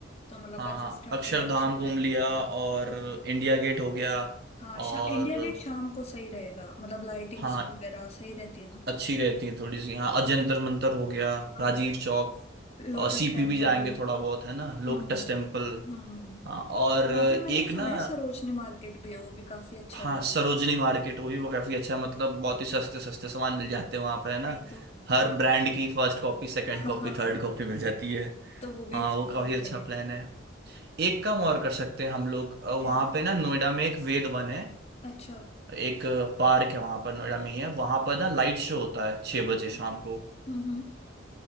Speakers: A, on the left (about 30°); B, on the right (about 55°).
A: तो मतलब
B: हाँ
A: ऐसे स्टार्टिंग
B: अक्षरधाम
A: अच्छी हो जाएगी
B: घूम लिया
A: थोड़ी
B: और
A: हम्म
B: इंडिया गेट हो गया
A: हाँ
B: और
A: शा, इंडिया गेट शाम को सही रहेगा मतलब लाइटिंग्स
B: हाँ
A: वगैरह सही रहती है ना
B: अच्छी रहती है थोड़ी सी हाँ अजंतर मंतर हो गया
A: हाँ
B: राजीव चौक
A: लोटस
B: और सीपी
A: टेम्पल
B: भी जाएंगे थोड़ा बहुत है ना Lotus
A: हम्म
B: temple
A: हम्म
B: हाँ और एक
A: वहां पे मैंने सुना
B: ना
A: है सरोजनी मार्केट भी है वो भी काफी अच्छा
B: हाँ
A: जगह
B: सरोजनी मार्केट वो भी काफी अच्छा मतलब बहुत ही सस्ते सस्ते सामान मिल जाते हैं वहां पर
A: है
B: है ना
A: भाई तो
B: हर
A: हाँ
B: ब्रांड की first copy second
A: हाँ
B: copy
A: हाँ, हाँ।
B: third copy मिल जाती है
A: तो वो भी
B: हाँ
A: एक्सप्लोर
B: वो काफी
A: कर
B: अच्छा
A: लेंगे
B: प्लान है एक काम और कर सकते हैं हम लोग वहां
A: क्या
B: पे ना नोएडा में एक वेद वन है
A: अच्छा
B: एक पार्क है वहां पर नोएडा में ही है वहां पर ना लाइट शो होता है छह
A: हम्म
B: बजे शाम को
A: हम्म